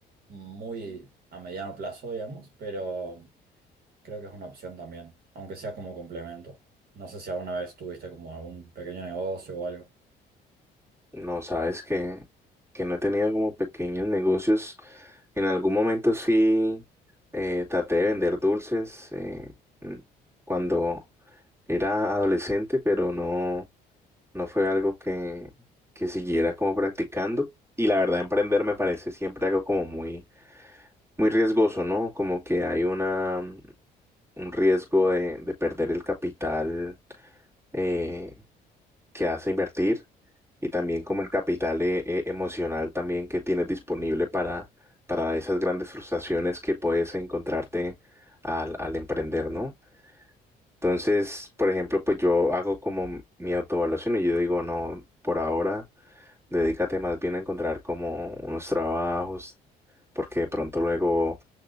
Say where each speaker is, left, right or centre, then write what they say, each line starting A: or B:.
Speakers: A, on the right (about 60°); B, on the right (about 15°).
A: muy a mediano plazo, digamos, pero creo que es una opción también, aunque sea como complemento. No sé si alguna vez tuviste como algún pequeño negocio o algo.
B: No, sabes que, que no he tenido como pequeños negocios. En algún momento sí eh, traté de vender dulces eh, mm, cuando era adolescente, pero no, no fue algo que, que siguiera como practicando. Y la verdad, emprender me parece siempre algo como muy, muy riesgoso, ¿no? Como que hay una, mm, un riesgo de, de perder el capital. eh, que hace invertir y también como el capital eh, eh, emocional también que tienes disponible para, para esas grandes frustraciones que puedes encontrarte al, al emprender, ¿no? Entonces, por ejemplo, pues yo hago como mi autoevaluación y yo digo, no, por ahora. Dedícate más bien a encontrar como unos trabajos, porque de pronto luego